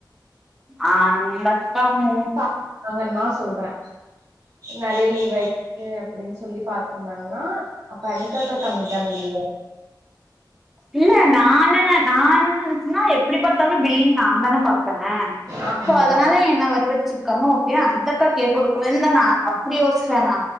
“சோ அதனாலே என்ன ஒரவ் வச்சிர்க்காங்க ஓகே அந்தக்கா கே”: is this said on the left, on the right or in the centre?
Centre